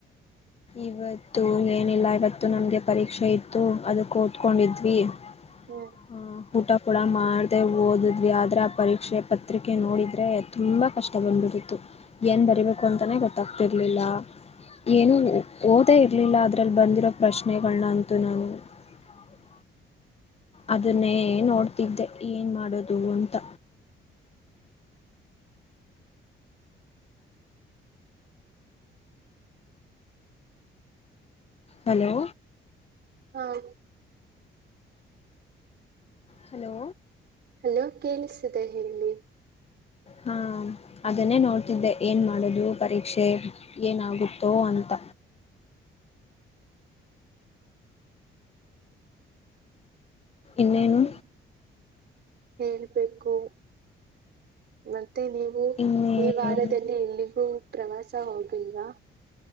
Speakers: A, on the left (about 30°); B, on the right (about 55°).
A: ಇವತ್ತು ಏನಿಲ್ಲ ಇವತ್ತು ನಮ್ಗೆ ಪರೀಕ್ಷೆ ಇತ್ತು ಅದ ಕೂತ್ಕೊಂಡಿದ್ವಿ ಹ್ಮ
B: ಹ್ಮ್
A: <unintelligible> ಊಟ ಕೂಡ ಮಾಡಿದೆ ಓದಿದ್ವಿದರ ಪರೀಕ್ಷೆ ಪತ್ರಿಕೆ ನೋಡಿದರೆ ತುಂಬ ಕಷ್ಟ ಬಂದ್ಬಿಟ್ಟತ್ತು ಏನು ಬರಿಬೇಕು ಅಂತಲೇ ಗೊತ್ತಾಗ್ತಿರಲಿಲ್ಲ ಏನು ಓದೇ ಇರ್ಲಿಲ್ಲ ಅದ್ರಲ್ಲಿ ಬಂದಿರೋ ಪ್ರಶ್ನೆಗಳನ್ನ ಅಂತೂ ನಾನು <unintelligible> ಅದನ್ನೇ ನೋಡ್ತಿದ್ದೆ ಏನ್ ಮಾಡೋದು ಅಂತ ಹಲೋ
B: ಹಾ <unintelligible>
A: ಹಲೋ
B: ಅಲೋ ಕೇಳಿಸಿದೆ ಹೇಳಿ
A: ಹಾ ಅದನ್ನೇ ನೋಡ್ತಿದ್ದೆ ಏನ್ ಮಾಡದು ಪರೀಕ್ಷೆ ಏನಾಗುತ್ತೋ ಅಂತ ಇನ್ನೇನು
B: ಹ್ಮ್ <unintelligible> ಹೇಳ್ಬೇಕು ಮತ್ತೆ ನೀವು
A: ಇನ್ನೇನು
B: ಈ ವಾರದಲ್ಲಿ ಎಲ್ಲಿಗೂ ಪ್ರವಾಸ ಹೋಗಲ್ವಾ